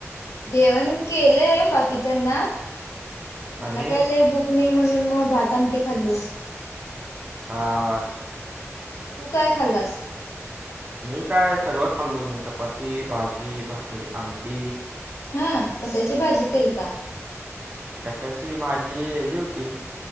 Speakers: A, on the left; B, on the right.
A: जेवण केलंय बाकीच्यांना,, मला
B: आणि
A: काय लय भूक नाही म्हणून मग भातआमटी खाल्लो.
B: हा हा.
A: तू काय खाल्लास?
B: मी काय, सगळं खाल्लो मी,, चपाती भाजी भाक आमटी.
A: हं,, कशाची भाजी केलता?
B: कशाची भाजी,,, ह जी हूती,